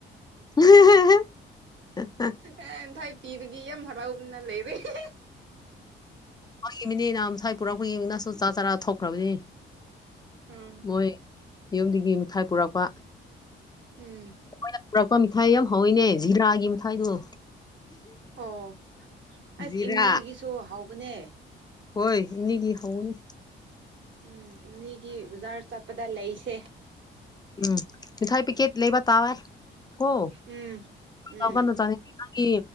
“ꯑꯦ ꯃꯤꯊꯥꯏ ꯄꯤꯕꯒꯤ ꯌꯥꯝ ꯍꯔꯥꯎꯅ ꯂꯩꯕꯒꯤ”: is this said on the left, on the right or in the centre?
Right